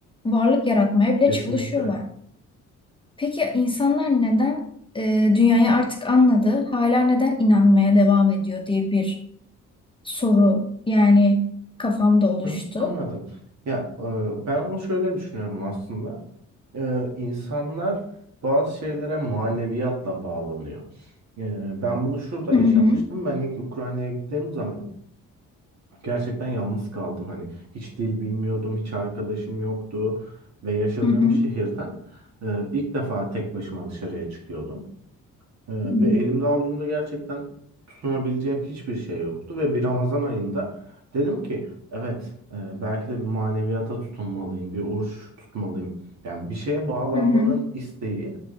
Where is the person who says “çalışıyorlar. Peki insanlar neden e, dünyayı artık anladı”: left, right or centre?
Left